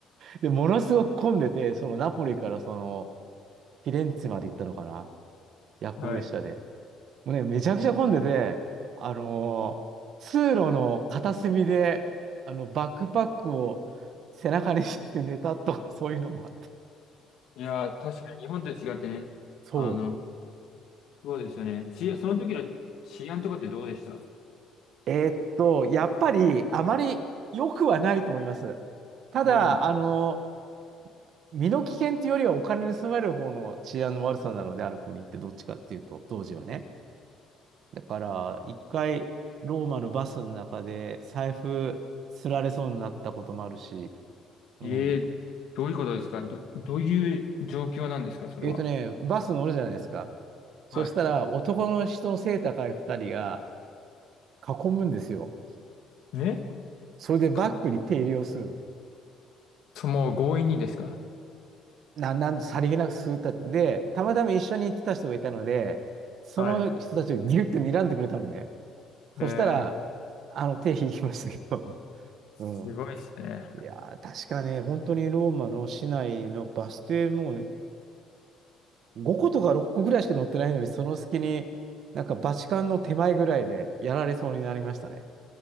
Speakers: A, on the right; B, on the left.
A: で、ものすごく混んでて、そのナポリからその、フィレンツェまで行ったのかな夜行列車で。
B: はい。
A: もうね、めちゃくちゃ混んでて、あの、通路の片隅で、あの、バックパックを背中にして寝たと、<laughs> そういうのもあった。
B: いやー、確かに日本と違ってね、
A: そ
B: あの、そうですよね。治安その時の治安とかってどうでした
A: う。えーっと、やっぱりあまり良くはないと思います。ただ、
B: うん。
A: あの、身の危険というよりはお金盗まれる方の治安の悪さなので、ある国ってどっちかっていうと、当時はね。だから、一回、ローマのバスの中で財布すられそうになったこともあるし、うん。
B: ええどういうことですかど、どういう状況なんですかそれは。
A: えっとね、バス乗るじゃないですか。そしたら、
B: はい。
A: 男の人の背高い二人が囲むんですよ。
B: ね
A: それでバッグに手入れをするの。
B: か、そ、もう強引にですか
A: なん、なん、さりげなくするったって。で、たまたま一緒に行ってた人がいたので、その人たちをギュッて睨んでくれたのね。
B: はい。
A: そしたら、
B: ええ
A: あの、手引きましたけど、<laughs>
B: すごいですね。
A: うん。いやー、確かね、本当にローマの市内のバス停もう5個とか6個ぐらいしか乗ってないのに、その隙に、なんかバチカンの手前ぐらいでやられそうになりましたね。